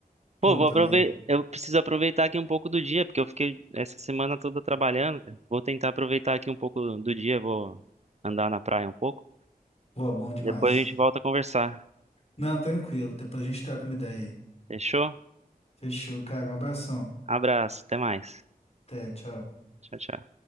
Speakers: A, on the right; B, on the left.
A: Pô,
B: Pô,
A: vou
B: também.
A: aproveitar. Eu preciso aproveitar aqui um pouco do dia, porque eu fiquei essa semana toda trabalhando, cara. Vou tentar aproveitar aqui um pouco do dia, vou andar na praia um pouco.
B: Pô, bom demais.
A: Depois a gente volta a conversar.
B: Não, tranquilo. Depois a gente troca uma ideia aí.
A: Fechou?
B: Fechou, cara. Um abração.
A: Abraço, até mais.
B: Até, tchau.
A: Tchau, tchau.